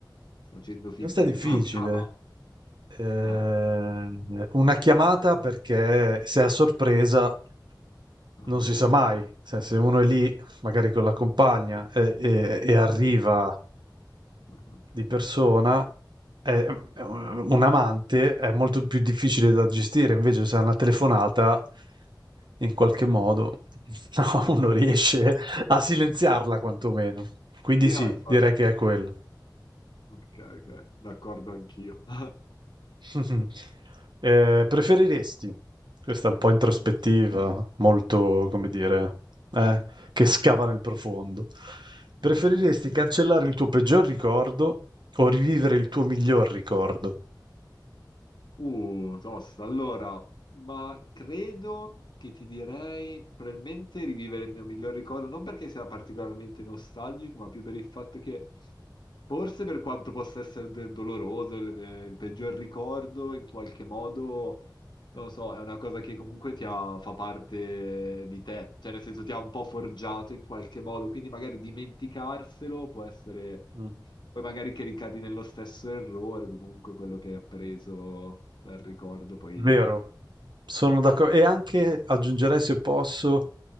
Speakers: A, on the left; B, on the right.
A: sto facendo finta
B: Questa è difficile.
A: che tu abbia amante.
B: Ehm,
A: Eh,
B: una chiamata perché se è a sorpresa
A: ah,
B: non si sa mai. Cioè, se uno è lì, magari con la compagna, e, e- e arriva
A: ah,
B: di persona, è- è un un amante è molto più difficile da gestire, invece se è una telefonata, in qualche
A: Sì,
B: modo, <laughs> no, uno riesce a silenziarla quantomeno. Quindi
A: Sì,
B: sì,
A: no, infatti.
B: direi che è quello.
A: Ok, ok, d'accordo anch'io. <laughs>
B: <laughs> Ehm, preferiresti questa è un po' introspettiva, molto, come dire, eh, che scava nel profondo. Preferiresti
A: Mhm.
B: cancellare il tuo peggior ricordo o rivivere il tuo miglior ricordo?
A: Uh, tosta. Allora, ma credo che ti direi probabilmente rivivere il mio miglior ricordo, non perché sia particolarmente nostalgico, ma più per il fatto che Forse per quanto possa essere de- doloroso, il, eh, il peggior ricordo, in qualche modo, non lo so, è una cosa che comunque ti ha- fa parte di te, cioè nel senso ti ha un po' forgiato in qualche modo, quindi magari dimenticarselo può essere,
B: Mm.
A: poi magari che ricadi nello stesso errore, che comunque quello che hai appreso dal ricordo poi...
B: Vero, sono
A: Sì?
B: d'accordo. E anche aggiungerei, se posso,